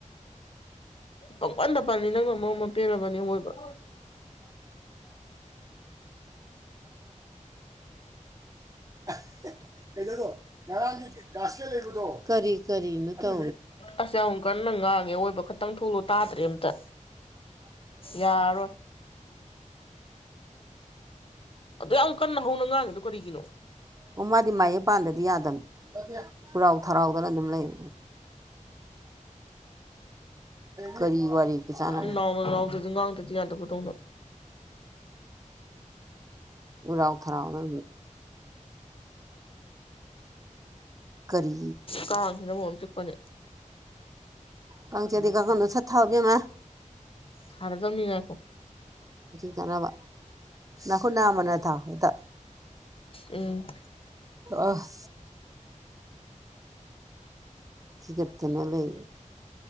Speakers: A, on the left; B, on the right.
A: ꯄꯪꯄꯟꯗ ꯄꯜꯅꯤ ꯅꯪꯅ ꯑꯃ ꯑꯃ ꯄꯦꯜꯔꯕꯅꯤ ꯍꯣꯏꯕ
B: <inaudible> ꯀꯔꯤꯅꯣ ꯗ
A: ꯑꯁ ꯌꯥꯝ ꯀꯟꯅ ꯉꯥꯡꯉꯦ ꯑꯋꯣꯏꯕ ꯈꯇꯪ ꯊꯣꯛꯂꯣ ꯇꯥꯗ꯭ꯔꯦ ꯑꯝꯇ ꯌꯥꯔꯔꯣꯏ ꯑꯗꯣ ꯌꯥꯝ ꯀꯟꯅ ꯍꯧꯅ ꯉꯥꯡꯉꯤꯗꯣ ꯀꯔꯤꯒꯤꯅꯣ
B: ꯑꯣ ꯃꯥꯗꯤ ꯃꯌꯦ ꯄꯥꯟꯗꯗꯤ ꯌꯥꯗꯅ ꯍꯂꯥꯎ ꯊꯔꯥꯎꯗꯅ ꯑꯗꯨꯝ ꯂꯩ ꯀꯔꯤ ꯋꯥꯔꯤꯔꯤ ꯀꯁꯅ
A: ꯌꯥꯝ ꯅꯥꯎꯅ ꯅꯥꯎꯗꯗꯤ ꯉꯥꯡꯗꯗꯤ ꯌꯥꯗꯕꯗꯧꯅ
B: ꯎ ꯔ ꯎꯥꯎꯊꯔꯗ ꯀꯔꯤ
A: ꯀꯥꯡꯁꯤꯅ ꯃꯔꯣꯝ ꯆꯤꯛꯄꯅꯦ
B: ꯀ ꯗꯤ ꯀ ꯀꯅ ꯁꯊꯥ ꯍꯧꯒꯦ ꯃꯥ
A: ꯁꯥꯔꯗ ꯅ ꯌꯥꯈꯣ
B: ꯊꯅꯕ ꯅꯅꯥꯈ ꯅꯥ ꯑꯃꯅ ꯊꯥꯎꯦꯗ
A: ꯎꯝ
B: ꯑ <inaudible> ꯆꯤꯞ ꯇꯅ ꯂꯩ